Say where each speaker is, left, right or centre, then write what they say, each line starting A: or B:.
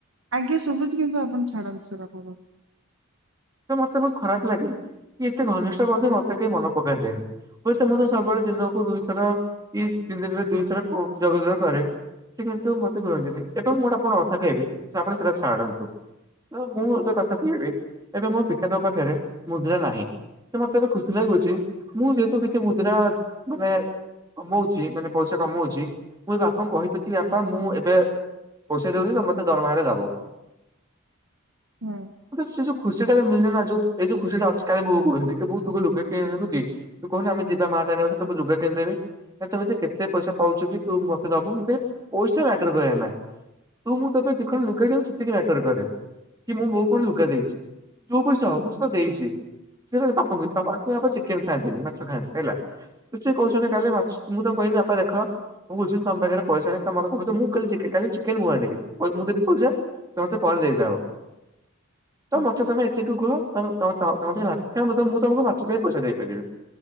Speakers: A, on the right; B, on the right.
A: ଆଜ୍ଞା ଶୁଭୁଛି କିନ୍ତୁ ଆପଣ ଛାଡ଼ନ୍ତୁ ସେ କଥାକୁ।
B: ତ ମତେ ବହୁତ ଖରାପ ଲାଗେ କି ଏତେ ଘନିଷ୍ଠ ବନ୍ଧୁ ମତେ କେହି ମନେ ପକାନ୍ତିନି ହୁଏ ତ ମୁଁ ତ ସବୁବେଳେ ଦିନକୁ ଦୁଇଥର କି ତିନି ଦିନରେ ଦୁଇଥର ଯୋଗାଯୋଗ କରେ। ସେ କିନ୍ତୁ ମତେ କୁହନ୍ତିନି, ଏବେ ମୁଁ ଆପଣଙ୍କୁ ଗୋଟେ କଥା କହିବି ଆପଣ ସେଇଟା ଛାଡ଼ନ୍ତୁ। ନାଁ ମୁଁ ଏବେ କଥା କହିବି ଏବେ ମୋ ପିତାଙ୍କ ପାଖରେ ମୁଦ୍ରା ନାହିଁ ତ ମତେ ଏବେ ଖୁସି ଲାଗୁଛି ମୁଁ ଯେହେତୁ କିଛି ମୁଦ୍ରା ମାନେ କମଉଛି ମାନେ ପଇସା କମଉଛି ମୁଁ ଏ ବାପାଙ୍କୁ କହିପାରୁଛି ବାପା ମୁଁ ଏବେ ପଇସା ଦଉଛି ତମେ ମୋତେ ଦରମା ହେଲେ ଦବ।
A: ହୁଁ
B: ସେ ଯୋଉ ଖୁସି ଟା ବି ମିଳିଲେ ନା ଯୋଉ ଏ ଯୋଉ ଖୁସି ଟା ଅଛି କାଲି ମୁଁ ବୋଉକୁ କହୁଥିଲି କି ବୋଉ ତୁ କୋଉ ଲୁଗା କିଣିବୁ କି? ତୁ କହୁନୁ ଆମେ ଯିବା ମା <unintelligible> ଲୁଗା କିଣି ଦେବି। ନା ତୁ ଏମିତି କେତେ ପଇସା ପାଉଚୁ କି ତୁ ମତେ ଦବୁ? ମୁଁ କହିଲି ପଇସା ମ୍ୟାଟର କରେନା। ତୁ ମୁଁ ତୋ ପାଇଁ ଦିଖଣ୍ଡ ଲୁଗା କିଣୁଚି ସେତିକି ମ୍ୟାଟର କରେ, କି ମୁଁ ବୋଉ ପାଇଁ ଲୁଗା ଦେଇଚି। ଯୋଉ ପଇସା ହଉ ମୁଁ <unintelligible> ଦେଇଚି। ସିଏ ତାର ବାପାଙ୍କୁ ବାପା ଅକ୍ଚୁଆଲି ବାପା ଚିକେନ ଖାଆନ୍ତିନି, ମାଛ ଖାଆନ୍ତି ହେଲା। ସିଏ କହୁଚନ୍ତି କାଲି ମାଛ୍ ମୁଁ ତାଙ୍କୁ କହିଲି ବାପା ଦେଖ ମୁଁ ବୁଝିଲି ତମ ପାଖେରେ ପଇସା ନାହିଁ ତମ ମତେ କହୁଚ, ମୁଁ କାଲି ଚିକେ କାଲି ଚିକେନ ମୁଁ ଆଣିବି। ମୁଁ ଦେବି ପଇସା ତମେ ମତେ ପରେ ଦେଇଦବ। ତ
A: ଆଜ୍ଞା।
B: ମତେ ତମେ ଏତିକି କୁହ ତମ- ତମ - ତମ - ତମ ଯେତେବେଳେ ମାଛ ଖାଇବ, ମୁଁ ତମ ମୁଁ ତମକୁ ମାଛ ଖାଇବା ପାଇଁ ପଇସା ଦେଇପାରିବି।